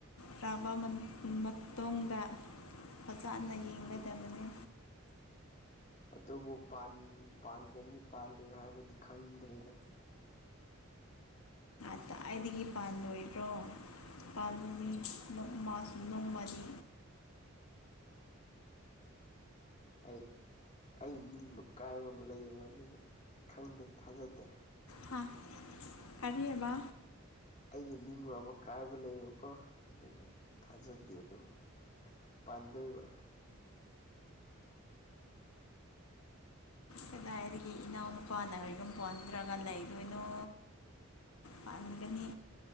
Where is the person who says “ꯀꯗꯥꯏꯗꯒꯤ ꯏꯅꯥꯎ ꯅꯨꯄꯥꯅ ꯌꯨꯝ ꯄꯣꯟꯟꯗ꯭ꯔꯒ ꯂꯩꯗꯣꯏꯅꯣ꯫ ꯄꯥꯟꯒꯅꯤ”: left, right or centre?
Left